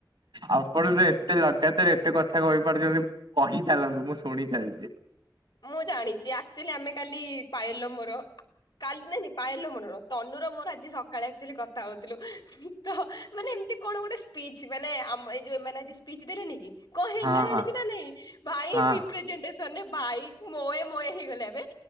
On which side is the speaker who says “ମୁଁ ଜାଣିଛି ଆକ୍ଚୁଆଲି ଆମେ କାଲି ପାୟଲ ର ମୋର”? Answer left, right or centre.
Left